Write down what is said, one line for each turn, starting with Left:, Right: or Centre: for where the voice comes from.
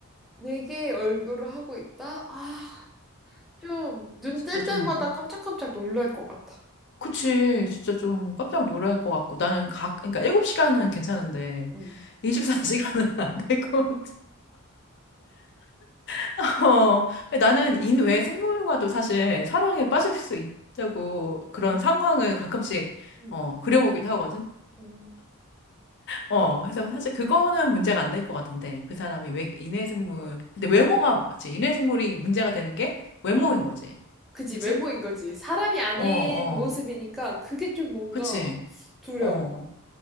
Centre: 외계의 얼굴을 하고 있다? 아, 좀 눈
Left: 진짜
Centre: 뜰
Left: 좀
Centre: 때마다 깜짝깜짝 놀랄 것 같아.
Left: 그치. 진짜 좀 깜짝 놀랄 것 같고. 나는 각, 그러니까 7시간은 괜찮은데,
Centre: 응.
Left: 24시간은 <laughs> 안 될 것 같아. <laughs> 어, 나는 인외 생물과도 사실 사랑에 빠질 수 있다고 그런
Centre: 응
Left: 상황을 가끔씩,
Centre: 응
Left: 어, 그려보기도 하거든.
Centre: 응
Left: 어, 그래서 사실 그거는 문제가 안 될 것 같은데, 그 사람이 왜 인외 생물, 근데 외모가, 그치. 인외 생물이 문제가 되는 게 외모인
Centre: 어.
Left: 거지.
Centre: 그지,
Left: 그치?
Centre: 외모인 거지. 사람이 아닌
Left: 어, 어.
Centre: 모습이니까 그게 좀 뭔가
Left: 그치.
Centre: 두려워.
Left: 어.